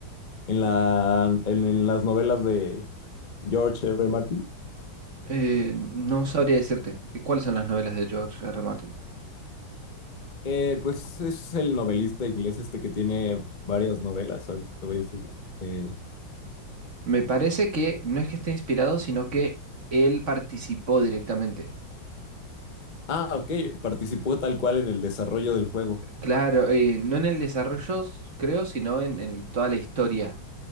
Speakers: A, on the left; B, on the right.
A: en la, en, en las novelas de George R. R. Martin.
B: Eh, no sabría decirte eh, cuáles son las novelas de George R. R. Martin.
A: Eh, pues es el novelista inglés este que tiene varias novelas, ahorita te voy a decir. Eh,
B: Me parece que no es que esté inspirado, sino que él participó directamente.
A: ah, ok, participó tal cual en el desarrollo del juego.
B: Claro, eh, no en el desarrollo, s- creo, sino en, en toda la historia.